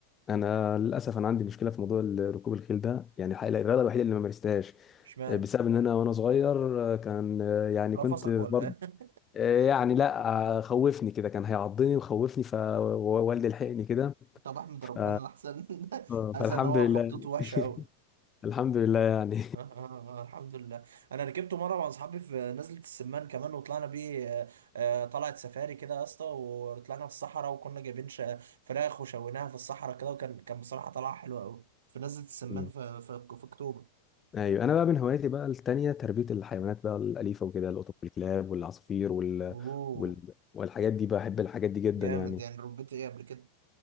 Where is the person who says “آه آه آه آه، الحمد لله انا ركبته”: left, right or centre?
Right